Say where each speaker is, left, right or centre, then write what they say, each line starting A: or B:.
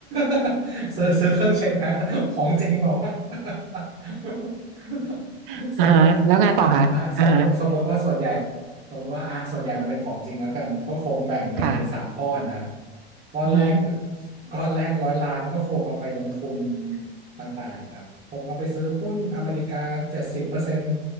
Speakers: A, on the right; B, on the right.
A: <laughs> ซื้อซื้อเครื่องเช็คแบงก์ของจริงบอกว่าวะ <laughs>
B: <laughs>
A: สมมติอ่ะอ่ะสมมติสมมติว่าส่วนใหญ่
B: อ่าฮะแล้วไงต่อคะอ่าฮะ
A: สมมติว่าอ่ะส่วนใหญ่มันเป็นของจริงแล้วกันก็คงแบ่งเงินเป็นสามก้อนนะครับ
B: ค่ะ
A: ก้อนแรก
B: อืม
A: ก้อนแรกร้อยล้านก็คงเอาไปลงทุนต่างๆครับคงเอาไปซื้อหุ้นอเมริกาเจ็ดสิบเปอร์เซ็นต์